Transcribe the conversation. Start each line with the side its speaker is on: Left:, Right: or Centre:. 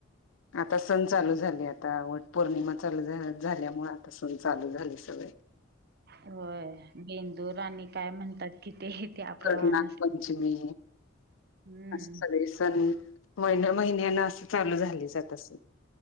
Left: आता सण चालू झाले आता वट पौर्णिमा चालू झाल्यामुळे आता स्वारी चालू झालय सगळे
Right: होय बेंदूर आणि काय म्हणतात. किती त्या प्रमाण
Left: कधी नागपंचमी
Right: असत हम्म
Left: अस सगळे सण महिन्या महिन्यान असं चालू झाले जात अस